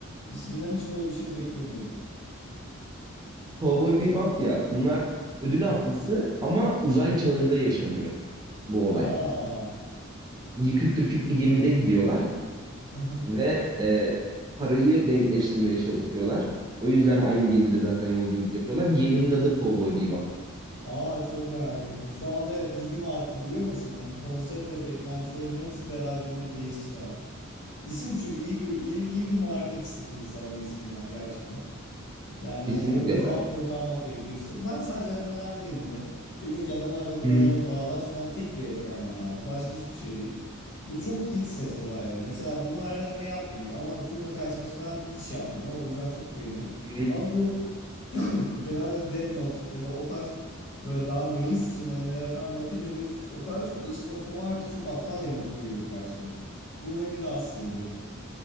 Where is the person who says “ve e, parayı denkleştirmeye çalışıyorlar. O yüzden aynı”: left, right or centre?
Right